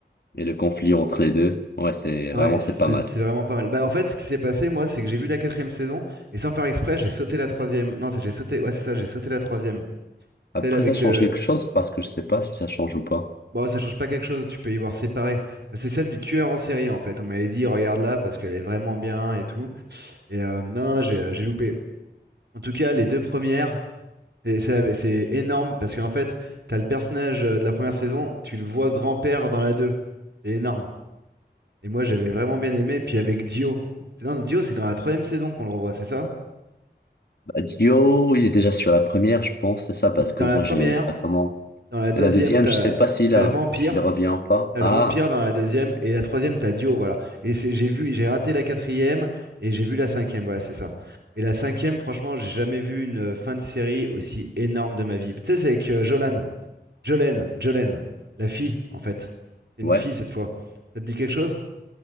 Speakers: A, on the left (about 60°); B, on the right (about 65°).
A: et le conflit entre les deux. Ouais c'est
B: Ouais,
A: vraiment
B: c'est
A: c'est pas mal.
B: c'est vraiment pas mal. Bah, en fait, ce qui s'est passé, moi, c'est que j'ai vu la quatrième saison et sans faire exprès, j'ai sauté la troisième. Non, c'est j'ai sauté. Ouais, c'est ça, j'ai sauté la troisième.
A: Après
B: Celle avec
A: ça change
B: le.
A: quelque chose parce que je sais pas si ça change ou pas.
B: Bon, ça change pas quelque chose. Tu peux y voir séparé. Bah, c'est celle du tueur en série, en fait. On m'avait dit, regarde là parce qu'elle est vraiment bien et tout. Et euh, non, j'ai euh, j'ai loupé. En tout cas, les deux premières, c'est c'est- c'est énorme parce qu'en fait, t'as le personnage euh, de la première saison, tu le vois grand-père dans la deux. C'est énorme. Et moi, j'avais vraiment bien aimé. Puis avec Dio. Non, Dio, c'est dans la troisième saison qu'on le revoit, c'est ça?
A: Dio, il est déjà sur la première, je pense, c'est ça, parce
B: Il-
A: que
B: Dans
A: moi,
B: la première,
A: j'ai sa femme. en-
B: dans la deuxième,
A: Et la deuxième,
B: t'as
A: je sais pas s'il
B: t'as
A: a,
B: le vampire,
A: s'il revient ou pas.
B: t'as
A: Ah,
B: le vampire dans la deuxième, et la troisième, t'as Dio, voilà. Et c'est, j'ai vu, j'ai raté la quatrième, et j'ai vu la cinquième, voilà, c'est ça. Et la cinquième, franchement, j'ai jamais vu une euh, fin de série aussi énorme de ma vie. Tu sais, c'est avec euh, Jolan, Jolene, Jolene, la fille, en fait. C'est une
A: ouais.
B: fille cette fois. Ça te dit quelque chose?